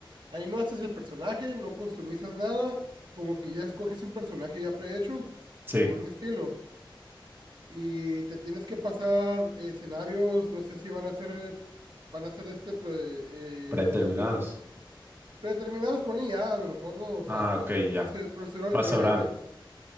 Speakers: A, on the right (about 65°); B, on the right (about 25°).
A: ahí no haces el personaje, no customizas nada, como que ya escoges un personaje ya prehecho
B: sí,
A: con un estilo y te tienes que pasar eh, escenarios, no sé si van a ser, van a ser este pro- eh,
B: preterminados.
A: producidos predeterminados con IA, a a lo mejor no, o sea,
B: Ah,
A: pro-
B: ok, ya.
A: proce- procedural
B: Plaza
A: generated
B: oral,